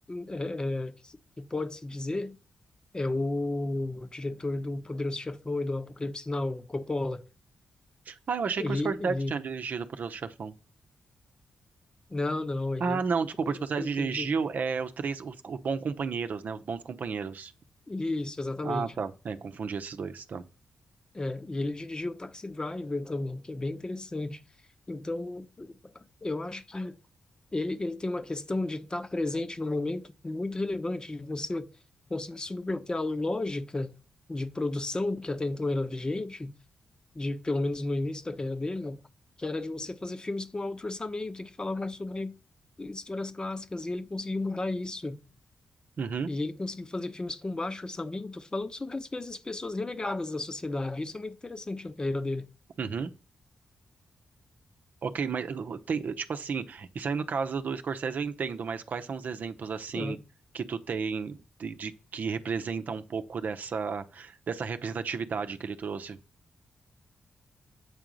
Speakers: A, on the left (about 25°); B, on the right (about 65°).
A: é, é, que, se- que pode se dizer é o diretor do Poderoso Chefão e do Apocalipse Now, o Coppola.
B: Ah, eu achei
A: Ele,
B: que o Scorsese
A: ele,
B: tinha dirigido para o Poderoso Chefão.
A: não, não, ele,
B: Ah, não, desculpa,
A: um
B: Responsabilidade
A: um filme que
B: de Dirigir
A: ele dirige.
B: é os três, os, os bons companheiros, né? Os bons companheiros.
A: Isso, exatamente.
B: Ah, tá. É, confundi esses dois, tá.
A: É, e ele dirigiu Taxi Driver também, que é bem interessante. Então, eu acho que ele, ele tem uma questão de estar presente no momento muito relevante, de você conseguir subverter a lógica de produção que até então era vigente, de pelo menos no início da carreira dele, que era de você fazer filmes com alto orçamento e que falavam sobre histórias clássicas, e ele conseguiu mudar isso.
B: Uhum,
A: E ele conseguiu fazer filmes com baixo orçamento, falando sobre, às vezes, pessoas renegadas da sociedade. Isso é muito interessante na carreira dele.
B: uhum. Ok, mas uh, uh, tem, uh, tipo assim, isso aí no caso do Scorsese eu entendo, mas quais são os exemplos, assim,
A: Eu
B: que tu tem de, de que representa um pouco dessa, dessa representatividade que ele trouxe?